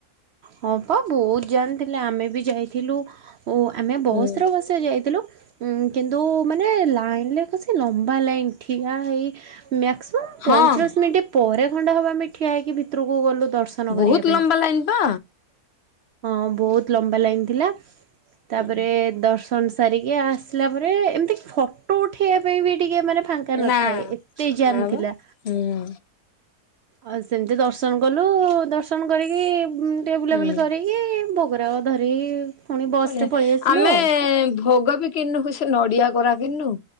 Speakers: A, on the right; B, on the left.
A: ହଁ ପା ବହୁତ <unintelligible> ଆମେ ବି ଯାଇଥିଲୁ। ଓ ଆମେ ବସରେ
B: ହୁଁ
A: ବସା ଯାଇଥିଲୁ। ଉ କିନ୍ତୁ ମାନେ ଲାଇନ୍ କସି ଲମ୍ବା ଲାଇନ୍ ଠିଆ ହେଇ ମ୍ୟାକ୍ସୟମ
B: ହଁ
A: ପଇଁଚାଳିଶ ମିନିଟ୍ ପରେ ଖଣ୍ଡେ ହବ ଠିଆ ହେଇକି ଭିତରକୁ ଗଲୁ ଦର୍ଶନ
B: ବହୁତ
A: କରିବା ପାଇଁ।
B: ଲମ୍ବା ଲାଇନ ବା।
A: ହଁ ବହୁତ ଲମ୍ବା ଲାଇନ ଥିଲା ତାପରେ
B: ହୁଁ
A: ଦର୍ଶନ। କାମ ସାରିକି ଆସିଲା ପରେ ଏମିତି ଫଟୋ ଉଠେଇବା ପାଇଁ ବି ଟିକେ ମାନେ ଫାଙ୍କା ନଥାଏ
B: ନା
A: ଏତେ ଜାମ୍
B: ନା ବା
A: ଥିଲା।
B: ହୁଁ
A: ଆଉ ସେମିତି ଦର୍ଶନ କଲୁ ଦର୍ଶନ କରିକି ଟେକେ ବୁଲାବୁଲି
B: ହୁଁ।
A: କରିକି ଏ ଭୋଗରାଗ ଧରିକି ପୁଣି ବସରେ
B: <unintelligible>
A: ପଳେଇ ଆସିଲୁ
B: ଆମେ
A: ଆଉ।
B: ଭୋଗ ବି କିଣିନୁ ସେ ନଡିଆ କୋରା କିଣିନୁ।